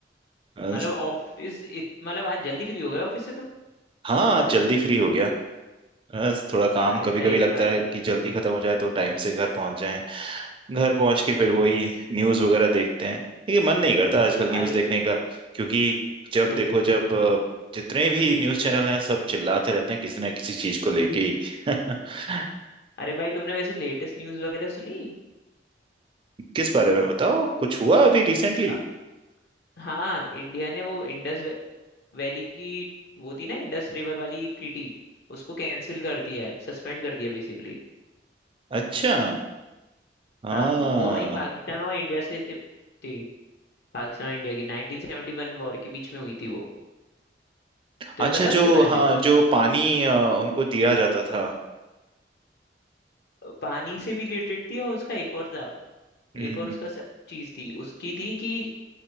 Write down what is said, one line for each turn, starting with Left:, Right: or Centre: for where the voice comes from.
Right: अ,
Left: मतलब ऑफिस इत- मतलब आज जल्दी फ्री हो गए ऑफिस से तुम
Right: हाँ आज जल्दी फ्री हो गया अ, थोड़ा काम
Left: अरे
Right: कभी
Left: सही
Right: कभी
Left: है
Right: लगता
Left: भाई
Right: है कि जल्दी खत्म हो जाए तो टाइम से घर पहुंच जाएं घर पहुंच के फिर वही न्यूज़ वगैरह देखते हैं लेकिन मन नहीं करता आजकल
Left: अरे
Right: न्यूज़ देखने का क्योंकि जब
Left: बिल्कुल
Right: देखो जब अ, जितने भी न्यूज़ चैनल हैं सब चिल्लाते रहते हैं किसी ना किसी चीज को लेके ही <laughs>
Left: अरे भाई तुमने वैसे लेटेस्ट न्यूज़ वगैरह सुनी
Right: किस बारे में बताओ कुछ हुआ अभी रिसेंटली
Left: अ, हाँ इंडिया ने वो इंडस वै- वैली की वो थी ना इंडस रिवर वाली ट्रीटी उसको कैंसिल कर दिया है सस्पेंड कर दिया बेसिकली
Right: अच्छा हाँ
Left: हाँ वो हमारी पाकिस्तान और इंडिया से थी थी, पाकिस्तान और इंडिया की 1971 वॉर के बीच में हुई थी वो तुम्हें
Right: अच्छा
Left: पता है उसके
Right: जो
Left: बारे
Right: हाँ
Left: में
Right: जो पानी अ, उनको दिया जाता था
Left: पानी से भी रिलेटेड थी और उसका एक और था
Right: हम्म
Left: एक और उसका चीज थी उसकी थी कि